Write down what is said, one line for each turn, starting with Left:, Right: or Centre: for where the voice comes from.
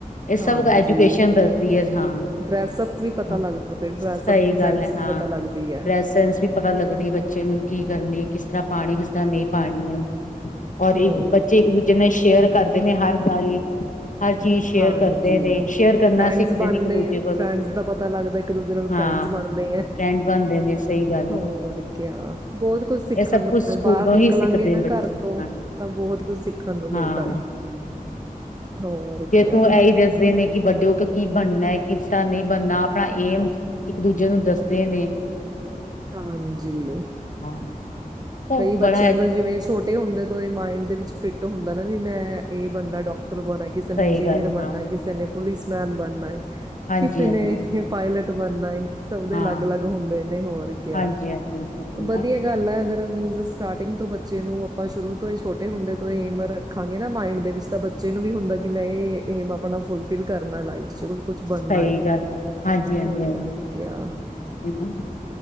Left: ਇਹ ਸਭ
Right: ਹਾਂਜੀ
Left: ਐਜੂਕੇਸ਼ਨ ਦੱਸਦੀ ਹੈ ਹਾਂ
Right: ਡਰੈਸਅਪ ਵੀ ਪਤਾ
Left: -ਹਾਂ
Right: ਲੱਗਦਾ ਫਿਰ ਡਰੈਸਅਪ
Left: ਸਹੀ
Right: ਦੀ
Left: ਗੱਲ
Right: ਸੈਂਸ
Left: ਹੈ, ਹਾਂ
Right: ਵੀ ਪਤਾ ਲੱਗਦੀ ਹੈ
Left: ਡਰੈਸ ਸੈਂਸ ਵੀ ਪਤਾ ਲੱਗਦੀ ਬੱਚੇ ਨੂੰ ਕੀ ਕਰਨੀ ਕਿਸ ਤਰ੍ਹਾਂ ਪਾਣੀ ਕਿਸ ਤਰ੍ਹਾਂ ਨਹੀਂ ਪਾਣੀ ਹੈ? ਔਰ ਇੱਕ
Right: ਹੋਰ
Left: ਬੱਚੇ
Right: ਕੀ
Left: ਇੱਕ ਦੂਜੇ ਨਾਲ ਸ਼ੇਅਰ ਕਰ ਦਸਦੇ ਨੇ ਹਰ ਗੱਲ ਹਰ ਚੀਜ਼ ਸ਼ੇਅਰ
Right: ਹਾਂਜੀ
Left: ਕਰਦੇ ਨੇ ਸ਼ੇਅਰ ਕਰਨਾ
Right: ਫਰੈਂਡਸ
Left: ਸਿੱਖਦੇ
Right: ਬਣਦੇ
Left: ਨੇ ਇੱਕ ਦੂਜੇ ਕੋਲ
Right: ਫਰੈਂਡਸ ਦਾ ਪਤਾ ਲੱਗਦਾ। ਇੱਕ ਦੂਜੇ ਨਾਲ
Left: ਹਾਂ
Right: ਫਰੈਂਡਸ ਬਣਦੇ ਆ,
Left: ਫਰੈਂਡ ਬਣਦੇ ਨੇ ਸਹੀ ਗੱਲ
Right: ਹੋਰ
Left: ਹੈ
Right: ਕਿਆ ਬਹੁਤ ਕੁਛ ਸਿੱਖਣ
Left: ਇਹ ਸਭ
Right: ਨੂੰ
Left: ਕੁਛ ਸਕੂਲੋਂ
Right: ਬਾਹਰ ਨਿਕਲਾਂਗੇ
Left: ਹੀ ਸਿੱਖਦੇ
Right: ਨਾ
Left: ਬੱਚੇ
Right: ਘਰ ਤੋਂ
Left: ਹਾਂ
Right: ਤਾਂ ਬਹੁਤ ਕੁਛ ਸਿੱਖਣ ਨੂੰ ਮਿਲਦਾ
Left: ਹਾਂ
Right: ਹੈ। ਹੋਰ ਕਿਆ
Left: ਉਹ ਇਹੀ ਦੱਸਦੇ ਨੇ ਕਿ ਬਚ ਕਿਉਂਕਿ ਕੀ ਬਣਨਾ ਏ? ਕਿਸ ਦਾ ਨਹੀਂ ਬਣਨਾ, ਆਪਣਾ ਏਮ ਇੱਕ ਦੂਜੇ ਨੂੰ ਦੱਸਦੇ ਨੇ।
Right: ਹਾਂਜੀ
Left: ਹਾਂ
Right: ਕਈ
Left: ਉਹ
Right: ਬੱਚਿਆਂ
Left: ਬੜਾ
Right: ਅੰਕਲ,
Left: ਐਜੂ
Right: ਜਿਵੇਂ ਛੋਟੇ ਹੁੰਦੇ ਤੋਂ ਏ ਮਾਇੰਡ ਦੇ ਵਿੱਚ ਫਿੱਟ ਹੁੰਦਾ ਨਾ ਵੀ ਮੈਂ ਇਹ ਬਣਨਾ ਡਾਕ ਟਰ ਬਣਣਾ, ਕਿਸੇ ਨੇ
Left: ਸਹੀ
Right: ਇੰਜੀਨੀਅਰ
Left: ਗੱਲ ਹਾਂ
Right: ਬਣਨਾ, ਕਿਸੇ ਨੇ ਪੁਲਿਸ ਮੈਨ ਬਣਨਾ ਏ।
Left: ਹਾਂਜੀ
Right: ਕਿਸੇ
Left: ਹਾਂਜੀ
Right: ਨੇ
Left: ਹਾਂਜੀ
Right: ਪਾਇਲਟ, ਬਣਨਾ ਏ। ਸਭ ਦੇ
Left: ਹਾਂ
Right: ਅਲੱਗ ਅਲੱਗ ਹੁੰਦੇ ਨੇ ਹੋਰ ਕਿਹਾ,
Left: ਹਾਂਜੀ ਹਾਂਜੀ ਬਿਲਕੁਲ
Right: ਵਧੀਆ
Left: ਨਾ
Right: ਗੱਲ ਆ ਅਗਰ ਮੀਨ ਸਟਾਰਟਿੰਗ ਤੋਂ ਬੱਚੇ ਨੂੰ ਆਪਾਂ ਸ਼ੁਰੂ ਤੋਂ ਛੋਟੇ ਹੁੰਦੇ ਤੋਂ ਏਮ ਰੱਖਾਂਗੇ ਨਾ ਮਾਇਡ ਦੇ ਵਿੱਚ ਤਾਂ ਬੱਚੇ ਨੂੰ ਵੀ ਹੁੰਦਾ ਕਿ ਮੈਂ ਇਹ ਏਮ ਆਪਣਾ ਫੁਲਫਿਲ ਕਰਨਾ ਲਾਈਫ ਚ। ਕੁਛ
Left: ਸਹੀ
Right: ਬਣਨਾ ਏ
Left: ਗੱਲ ਹੈ ਹਾਂਜੀ ਹਾਂਜੀ
Right: ਹੋਰ
Left: ਹਾਂਜੀ
Right: ਕਿਆ